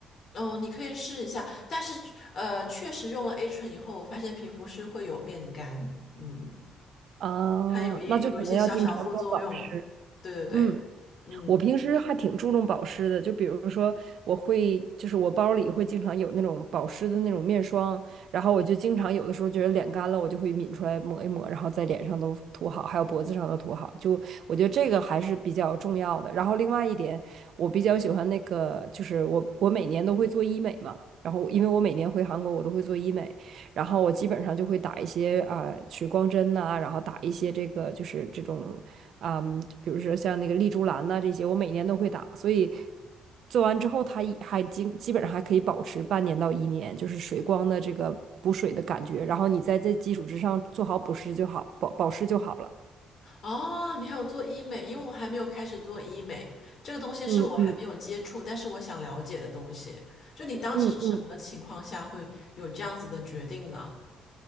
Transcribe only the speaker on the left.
哦，你可以试一下，但是，呃，确实用了 A 醇以后，我发现皮肤是会有变干，嗯。
它有一有一些小小副作用。
对对对，
嗯，
哦，你还有做医美，因为我还没有开始做医美，这个东西是我还没有接触，
但是我想了解的东西。就你当时是什么情况下会有这样子的决定呢？